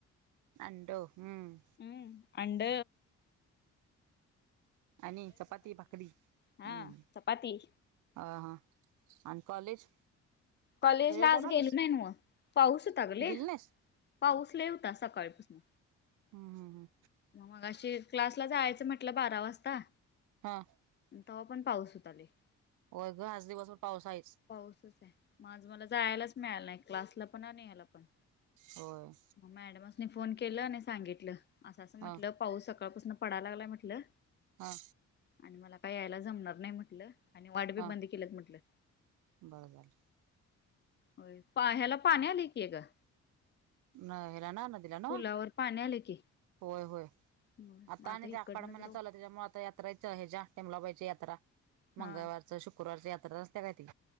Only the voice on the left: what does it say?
हम्म, अंड.
हा
चपाती
कॉलेज ला
आज
गेलो नाही न मग. पाऊस होता गं लई.
पाऊस लई होता सकाळीपासनं.
मग मगाशी, क्लासला जायाचं म्हटलं बारा वाजता
तवा पण पाऊस हुता लई.
पाऊसच आहे मग आज मला जायालाच मिळालं नाही, क्लासला पण आणि हयाला पण.
मग मॅडमास्नी फोन केलं नी सांगितलं, असं-असं म्हटलं,
पाऊस सकाळपासनं पडाय लागलाय म्हटलं.
आणि मला काय यायला जमणार नाही म्हटलं आणि वाट बी
बंद केल्यात म्हटलं.
होय पा हला पाणी आलंय की ग?
पुलावर पाणी आले की
होय
मग
इकडनं
तर
हा